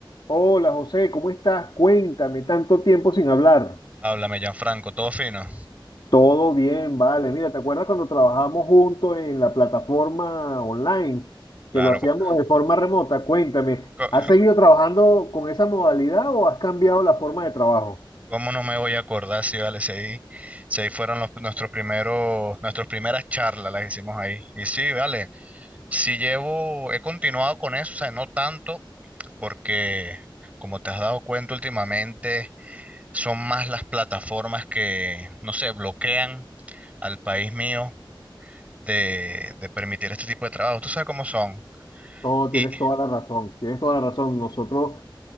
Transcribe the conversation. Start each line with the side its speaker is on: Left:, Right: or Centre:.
Left: Hola José, ¿cómo estás? Cuéntame, tanto tiempo sin hablar.
Right: Háblame, Gianfranco, todo fino.
Left: Todo bien, vale. Mira, ¿te acuerdas cuando trabajamos juntos en la plataforma online,
Right: Claro,
Left: que lo hacíamos
Right: co-
Left: de forma remota? Cuéntame,
Right: co-
Left: ¿has seguido trabajando con esa modalidad o has cambiado la forma de trabajo?
Right: ¿cómo no me voy a acordar si vale, si ahí, si ahí fueron los- nuestros primeros, nuestras primeras charlas las hicimos ahí. Y sí, vale, sí llevo, he continuado con eso, o sea, no tanto, porque como te has dado cuenta últimamente, son más las plataformas que, no sé, bloquean al país mío de, de permitir este tipo de trabajo. Tú sabes cómo son.
Left: No,
Right: Y,
Left: tienes toda la razón, tienes toda la razón. Nosotros